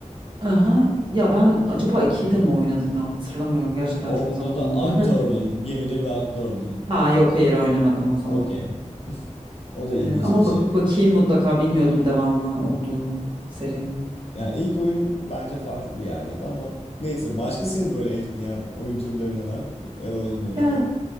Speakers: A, on the right; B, on the left.
A: Aha, ya ben acaba 2'yi
B: <laughs>
A: de mi oynadım ya hatırlamıyorum. Gerçekten
B: Onda
A: çok zaman
B: da
A: oldu.
B: aktördün.
A: <laughs>
B: Gemide bir aktördün.
A: Ha yok hayır oynamadım o zaman.
B: Okey. O da ilginç
A: Evet ama
B: bir şeydi.
A: bak bakayım mutlaka bilmiyordum devamı olduğunu serinin.
B: Yani ilk oyun bence farklı bir yerdeydi ama neyse başka seni böyle etkileyen oyun türleri neler? Ya da oyun oynar.
A: Ya